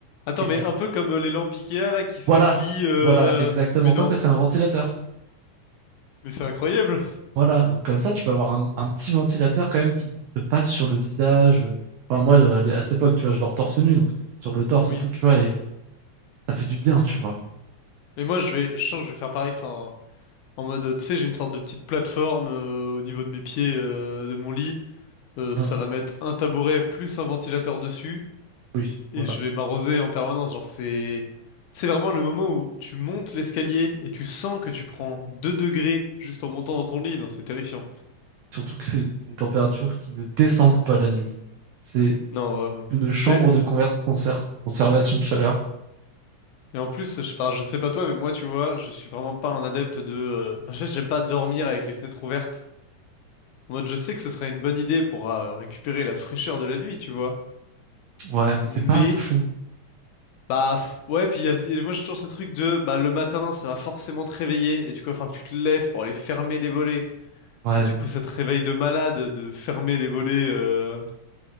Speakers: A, on the left (about 80°); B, on the right (about 85°).
A: Attends,
B: Et que
A: mais
B: du
A: un
B: coup,
A: peu comme euh, les lampes Ikea là qui se
B: voilà,
A: plient. euh,
B: voilà, exactement.
A: Mais
B: Sauf
A: non,
B: que c'est un ventilateur.
A: mais c'est incroyable.
B: Voilà, donc comme ça, tu peux avoir un, un petit ventilateur quand même qui te passe sur le visage. euh. Enfin, moi, euh, à l'é- à cette époque, tu vois, je dors torse nu, donc sur le torse
A: Oui.
B: et tout, tu vois, et ça fait du bien, tu vois.
A: Mais moi je vais, je sens que je vais faire pareil. Enfin, en mode, euh, tu sais, j'ai une sorte de petite plateforme euh, au niveau de mes pieds, euh, de mon lit. Euh,
B: Hum,
A: ça va mettre un tabouret plus un ventilateur dessus
B: oui,
A: et
B: voilà.
A: je vais m'arroser en permanence. Genre c'est, c'est vraiment le moment où tu montes l'escalier et tu sens que tu prends 2 degrés juste en montant dans ton lit. Non, c'est terrifiant.
B: Surtout que c'est des températures qui ne descendent pas la nuit. C'est
A: Non. euh,
B: une chambre
A: mais
B: de conver- conser- conservation de chaleur.
A: Et en plus, je parle, je sais pas toi, mais moi, tu vois, je suis vraiment pas un adepte de. euh, enfin, en fait, j'aime pas dormir avec les fenêtres ouvertes. En mode, je sais que ce serait une bonne idée pour euh, récupérer la fraîcheur de la nuit, tu vois.
B: Ouais, mais c'est
A: Mais,
B: pas fou.
A: bah, pff, ouais, puis il y a- il y a- moi, j'ai toujours ce truc de, bah, le matin, ça va forcément te réveiller, et du coup, il va falloir que tu te lèves pour aller fermer les volets.
B: Ouais.
A: Et du coup, ça te réveille de malade de fermer les volets. euh,